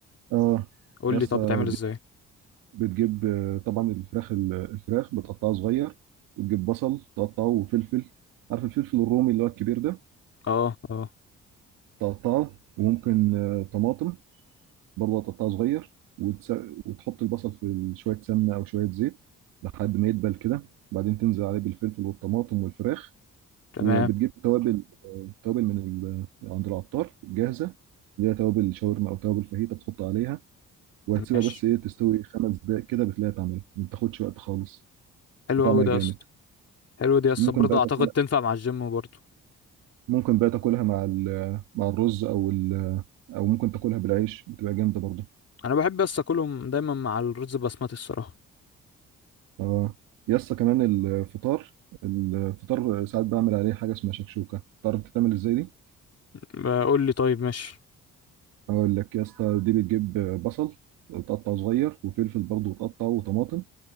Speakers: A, on the right; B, on the left.
A: اه
B: قول
A: يا
B: لي
A: اسطى
B: طب بتعمل ازاي
A: بتجيب آه، طبعا الفراخ الفراخ بتقطعها صغير وتجيب بصل تقطعه وفلفل عارف الفلفل الرومي اللي هو الكبير ده
B: اه اه
A: تقطعه وممكن آه، طماطم برضه تقطعه صغير وتس... وتحط البصل في شوية سمنة أو شوية زيت لحد ما يدبل كده بعدين تنزل عليه بالفلفل والطماطم والفراخ
B: تمام
A: وبتجيب توابل آه، توابل من ال... عند العطار جاهزة اللي هي توابل شاورما أو توابل فاهيتا بتحط عليها وهتسيبها
B: ماشي
A: بس إيه تستوي خمس دقايق كده بتلاقيها اتعملت ما بتاخدش وقت خالص
B: حلو
A: طعمها
B: قوي ده
A: جامد
B: يا اسطى حلو دي يسطا
A: ممكن
B: برضه
A: بقى
B: اعتقد
A: تاكلها
B: تنفع مع الجيم برضه
A: ممكن بقى تاكلها مع ال... مع الرز او ال... او ممكن تاكلها بالعيش بتبقى جامده برضه
B: انا بحب يسطا اكلهم دايما مع الرز بسمتي الصراحه
A: اه يسطا كمان الفطار الفطار ساعات بعمل عليه حاجه اسمها شكشوكه تعرف تتعمل ازاي دي
B: بقول لي طيب ماشي
A: اقول لك يا اسطى دي بتجيب بصل تقطعه صغير وفلفل برضه وتقطعه وطماطم